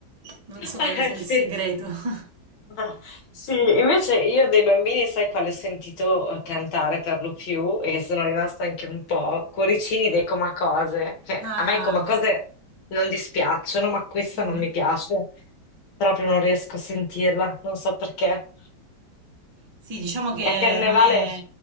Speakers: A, on the right; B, on the left.
A: Non so
B: Eh,
A: quale sia
B: Sì.
A: il segreto. <laughs>
B: Ah, sì, invece io dei bambini, sai quale ho sentito eh, cantare per lo più e che sono rimasta anche un po'? Cuoricini dei Comacose. Cioè,
A: Ah,
B: a me i Comacose non dispiacciono, ma questa
A: mhm.
B: non mi piace. Proprio non riesco
A: Eh,
B: a sentirla, non so perché.
A: sì, diciamo che
B: E a Carnevale.
A: non è,